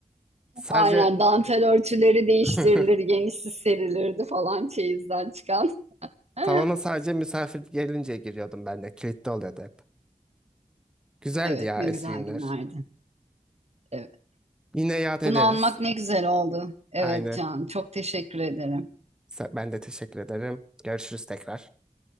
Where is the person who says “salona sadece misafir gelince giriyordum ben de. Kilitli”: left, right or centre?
Centre